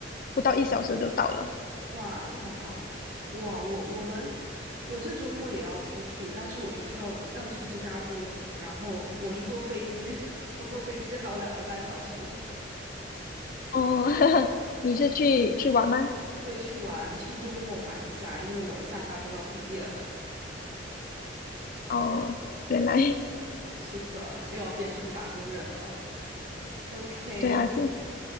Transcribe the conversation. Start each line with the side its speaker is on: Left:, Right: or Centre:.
Left: 不到一小时就到了。
Right: 哇，这么好！哇，我我们我这周末也要出去，但是我是去要要去芝加哥，然后我是坐飞机，<laughs> 我坐飞机还有两个半小时。
Left: 哦，<laughs> 你是去去玩吗？
Right: 对，去玩，趁周末玩一下，因为我下下周要毕业了。
Left: 哦，原来
Right: 是的，又要变成打工人了。OK，
Left: 对啊，是